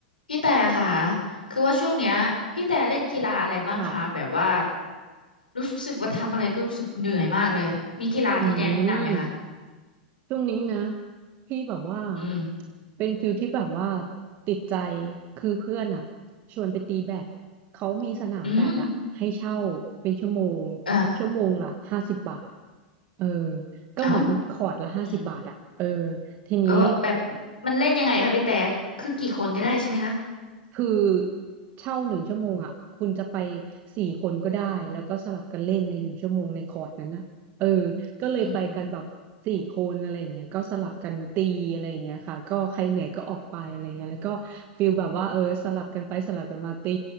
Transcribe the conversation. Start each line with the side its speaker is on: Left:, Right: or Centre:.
Left: พี่แต่ค่ะ คือว่าช่วงเนี้ยพี่แต่เล่นกีฬาอะไรบ้างคะแบบว่า
Right: ค่ะ
Left: รู้สึกว่าทำอะไรก็รู้สึกเหนื่อยมากเลย มีกีฬาที่แนะนำไหมคะ
Right: อืม ช่วงนี้นะ พี่แบบว่า
Left: อืม
Right: เป็นฟิลที่แบบว่าติดใจ คือเพื่อนอ่ะ ชวนไปตีแบดเขามีสนามแบดอ่ะให้เช่าเป็นชั่วโมง
Left: อืมเออ
Right: ชั่วโมงละห้าสิบบาท เออ ก็เหมือนคอร์ตละห้าสิบบาทอ่ะ
Left: เอ้าอืม
Right: เออ ทีนี้
Left: เออแบบมันเล่นยังไงคะพี่แต่ คือกี่คนก็ได้ใช่ไหมคะ
Right: คือเช่าหนึ่งชั่วโมงอ่ะคุณจะไปสี่คนก็ได้แล้วก็สลับกันเล่นในหนึ่งชั่วโมงในคอร์สนั้นนะเออก็เลยไปกันแบบสี่คนอะไรอย่างเงี้ยก็สลับกันตีอะไรอย่างเงี้ยค่ะก็ใครเหนื่อยก็ออกไปอะไรเงี้ยแล้วก็ฟิลแบบว่าเออสลับกันไปสลับกันมาตี
Left: อืม